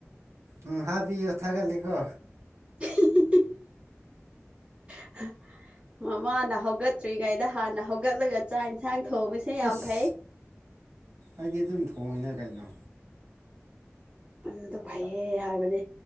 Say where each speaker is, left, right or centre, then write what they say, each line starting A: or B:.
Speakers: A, on the right; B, on the right.
A: ꯎꯝ ꯍꯥꯞꯄꯤꯌꯣ ꯊꯥꯒꯠꯂꯤꯀꯣ
B: <unintelligible> <inaudible> ꯃꯃꯥꯅ ꯍꯧꯒꯠꯇ꯭ꯔꯤꯉꯩꯗ ꯍꯥꯟꯅ ꯍꯧꯒꯠꯂꯒ ꯆꯥꯛ ꯏꯟꯁꯥꯡ ꯊꯣꯡꯕꯁꯦ ꯌꯥꯝ
A: ꯑꯁ
B: ꯐꯩ
A: ꯑꯩꯗꯤ ꯑꯗꯨꯝ ꯊꯣꯡꯉꯤꯅ ꯀꯩꯅꯣ
B: ꯑꯗꯨꯗꯣ ꯐꯩꯌꯦ ꯍꯥꯏꯕꯅꯦ